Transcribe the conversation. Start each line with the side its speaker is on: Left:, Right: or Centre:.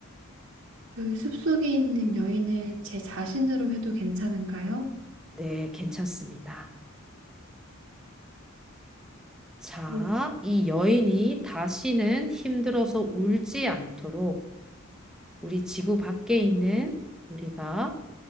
Right: 그 숲속에 있는 여인을 제 자신으로 해도 괜찮은가요?
Centre: 네, 괜찮습니다. 자,
Right: 네,
Centre: 이 여인이 다시는 힘들어서 울지 않도록 우리 지구 밖에 있는 우리가,